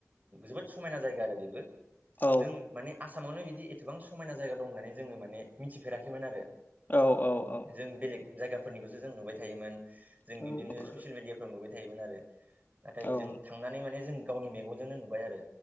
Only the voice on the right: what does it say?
जोबोद समायना जायगा आरो बेबो।
जों माने आसामावनो इदि एथ'बां समायना जायगा दं होननानै जोङो माने मिथिफेराखैमोन आरो।
जों बेलेग जायगाफोरनिखौसो जों नुबाय थायोमोन। जों
बिबदिनो ससियेल मिडियाफ्राव नुबाय थायामोन आरो। नाथाइ
जों थांनानै जों गावनि मेगन जोंनो नुबाय आरो